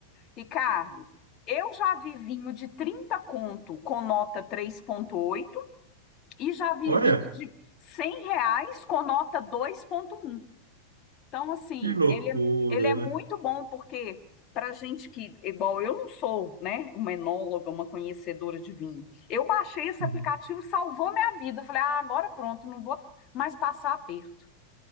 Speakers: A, on the left (about 35°); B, on the right (about 70°).
A: Ricardo, eu já vi vinho de 30 conto com nota três ponto oito e já vi
B: Olha,
A: vinho de 100 reais com nota dois ponto um. Então, assim,
B: que loucura,
A: ele, é, ele é muito
B: né?
A: bom porque para gente que, igual eu não sou, né, uma enóloga, uma conhecedora de vinho, eu baixei esse
B: Uhum.
A: aplicativo, salvou minha vida. Eu falei, ah, agora pronto, não vou mais passar aperto.